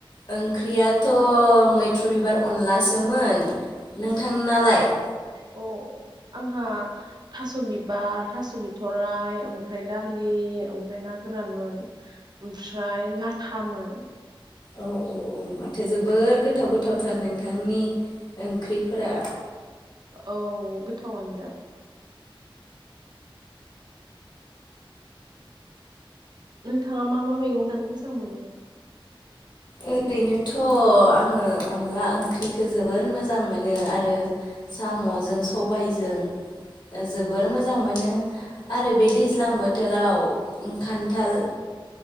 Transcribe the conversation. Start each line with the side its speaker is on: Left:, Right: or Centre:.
Left: ओंख्रियाथ' मैथ्रु बिबार अनलासोमोन। नोंथांनालाय?
Right: औ। आंहा थास' बिबार थास' बिथ'राइ ओमफ्राय दालि ओमफ्राय ना गोरानमोन ओमफ्राय लाथामोन।
Left: औ औ औ माथो जोबोर गोथाव गोथावथार नों थांनि ओंख्रिफोरा।
Right: औ गोथावनो दा। नोंथाङा मा मा मैगं जानो मोजां मोनो?
Left: ओरैनोथ' आङो अनला ओंख्रिखौ जोबोर मोजां मोनो आरो साम'जों सबायजों <unintelligible> जोबोर मोजां मोनो आरो बे दैज्लां बोथोराव खान्थाल